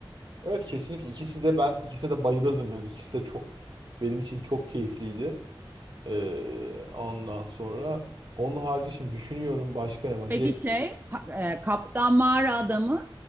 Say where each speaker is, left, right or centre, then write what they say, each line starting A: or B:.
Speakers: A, on the right; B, on the right.
A: Evet kesinlikle ikisi de ben ikisine de bayılırdım yani. İkisi de çok benim için çok keyifliydi. Ee, ondan sonra onun harici şimdi düşünüyorum başka ne var?
B: Peki
A: Jet.
B: şey pa- e, Kaptan Mağara Adamı